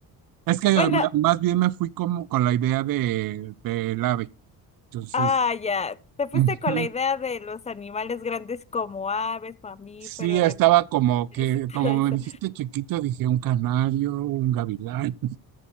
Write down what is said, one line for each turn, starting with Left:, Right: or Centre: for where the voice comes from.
Right: Es que eh,
Left: Bueno,
Right: me- más bien me fui como con la idea de del ave. Entonces,
Left: Ah, ya. Te fuiste
Right: ujú.
Left: con la idea de los animales grandes como aves, mamíferos,
Right: Sí, estaba
Left: reptiles
Right: como que,
Left: y todo
Right: como
Left: eso.
Right: me dijiste chiquito, dije un canario, un gavilán.